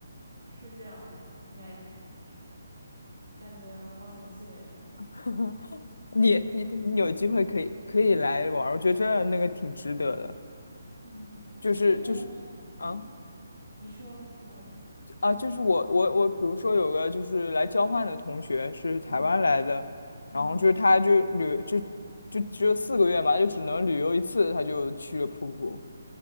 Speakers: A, on the right; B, on the left.
A: 是这样子，应该是，感觉我好想去诶，
B: <laughs> 你你你有机会可以可以来玩儿我觉得真的那个挺值得的，
A: 嗯，
B: 就是就是
A: 诶，那你，
B: 啊。
A: 嗯，你说，不好意思，
B: 啊，就是我我我，比如说有个就是来交换的同学是台湾来的，
A: 嗯，嗯，
B: 然后就是他就旅就就只有四个月嘛，就只能旅游一次，他就去了瀑布。